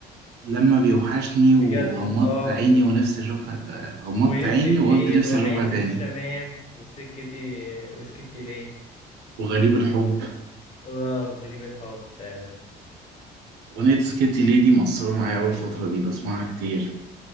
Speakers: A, on the right; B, on the left.
A: لما بيوحشني
B: في
A: وغمضت
B: جدة اه
A: عيني ونفسي اشوفها آه، غمضت
B: ويمكن
A: عيني وقلت
B: خير
A: نفسي
B: وحياتي
A: اشوفها تاني
B: مش تمام وسكتي وسكتي ليه
A: وغريب الحب
B: اه غريب الحب فعلا
A: اغنية سكيتي ليدي مأثرة معايا اول فترة دي بسمعها كتير